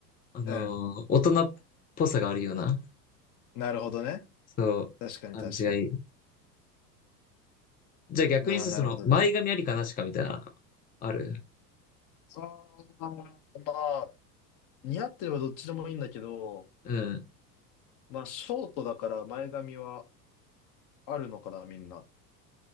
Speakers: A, on the left; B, on the left.
A: あのー大人っぽさがあるような、
B: うん。なるほどね。
A: そう、
B: 確かに確かに。
A: 感じがいい。じゃあ逆にさ、
B: ああ、なるほどね。
A: その、前髪ありかなしかみたいな、ある
B: ああ、まあ、似合ってればどっちでもいいんだけど、
A: うん。
B: まあ、ショートだから前髪はあるのかな、みんな。